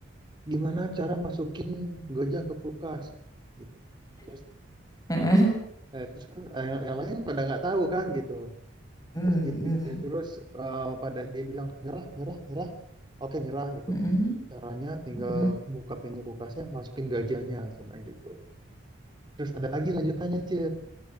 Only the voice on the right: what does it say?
gimana cara masukin gajah ke kulkas? gitu. Terus
Nah, terus kan eh, yang, yang lain pada nggak tahu kan gitu.
Terus dia
bi- dia- terus eh, pada dia bilang nyerah, nyerah, nyerah. Oke, nyerah gitu.
Caranya tinggal
buka pintu kulkasnya, masukin gajahnya, cuma gitu. Terus ada lagi lanjutannya, Ce.